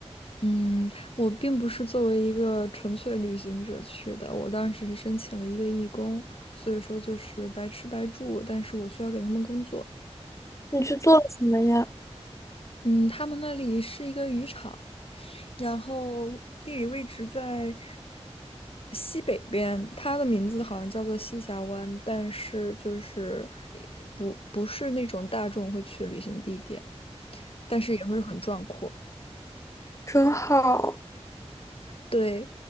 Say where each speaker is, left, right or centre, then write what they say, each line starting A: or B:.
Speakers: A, on the left; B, on the left.
A: 嗯，我并不是作为一个纯粹旅行者去的，我当时是申请了一个义工，所以说就是白吃白住，但是我需要给他们工作。
B: 你去做了什么呀？
A: 嗯，他们那里是一个渔场，然后地理位置在西北边，它的名字好像叫做西峡湾，但是就是也不不是那种大众会去旅行地点，但是也会很壮阔。
B: 真好。
A: 对，